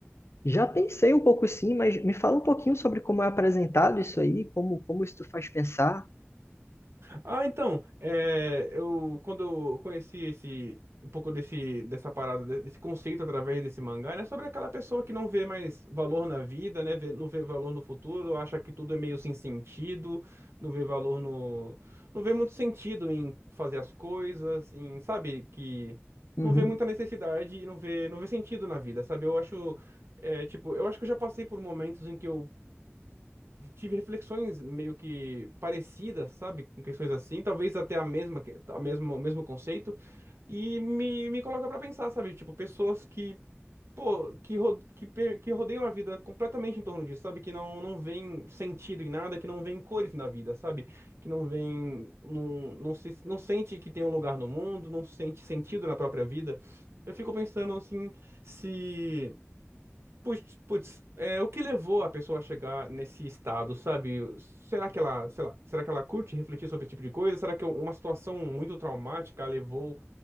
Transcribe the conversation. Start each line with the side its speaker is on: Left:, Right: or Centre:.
Left: Já pensei um pouco sim, mas me fala um pouquinho sobre como é apresentado isso aí, como, como isso te faz pensar.
Right: Ah, então, é, eu quando eu conheci esse um pouco desse dessa parada de- desse conceito através desse mangá, né, sobre aquela pessoa que não vê mais valor na vida, né, vê- não vê valor no futuro, acha que tudo é meio sem sentido, não vê valor no, não vê muito sentido em fazer as coisas, em, sabe, que
Left: Uhum.
Right: não vê muita necessidade e não vê não vê sentido na vida, sabe? Eu acho é, tipo, eu acho que eu já passei por momentos em que eu tive reflexões meio que parecidas, sabe? Com questões assim, talvez até a mesma, que- a mesmo, o mesmo conceito, e me, me coloca pra pensar, sabe? Tipo, pessoas que, pô, que, ro- que, pe- que rodeiam a vida completamente em torno disso, sabe? Que não, não veem sentido em nada, que não veem cores na vida, sabe? Que não veem, não, não se, não sente que tem um lugar no mundo, não sente sentido na própria vida. Eu fico pensando assim, se. Putz, putz, é, o que levou a pessoa a chegar nesse estado, sabe? Será que ela, sei lá, será que ela curte refletir sobre esse tipo de coisa? Será que uma situação muito traumática a levou